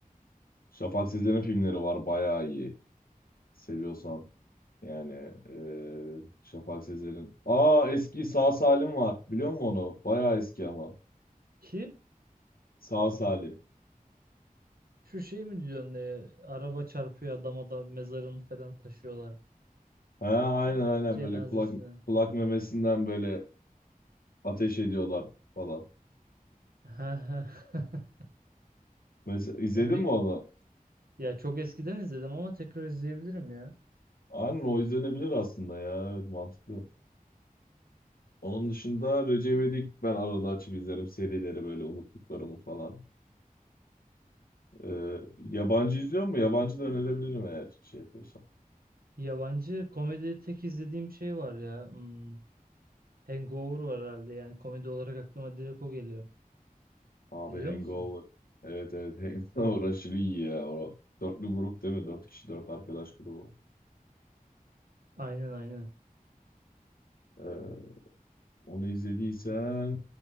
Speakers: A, on the left (about 75°); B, on the right (about 80°).
A: Şafak Sezer'in filmleri var bayağı iyi. Seviyorsan. Yani eee, Şafak Sezer'in. Aa eski Sağ Salim var. Biliyor musun onu? Bayağı eski ama.
B: ki
A: Sağ Salim.
B: şu şey mi diyorsun e, araba çarpıyor adama da mezarını falan taşıyorlar
A: He aynen aynen
B: cenazesine.
A: böyle kulak kulak memesinden böyle ateş ediyorlar falan.
B: <laughs>
A: Mesela izledin
B: Bir,
A: mi onu?
B: ya çok eskiden izledim ama tekrar izleyebilirim ya.
A: Aynen o izlenebilir aslında ya. Evet, mantıklı. Onun dışında Recep İvedik ben arada açıp izlerim serileri böyle unuttuklarımı falan. Eee, yabancı izliyor mu? Yabancı da önerebilirim eğer şey yapıyorsan.
B: Yabancı komedi tek izlediğim şey var ya. hmm. Hangover var herhalde yani komedi olarak aklıma direkt o geliyor.
A: Abi
B: Biliyor
A: Hangover.
B: musun?
A: Evet evet <laughs> Hangover aşırı iyi ya. O dörtlü grup değil mi? Dört kişi dört arkadaş grubu.
B: Aynen aynen.
A: Ee, onu izlediysen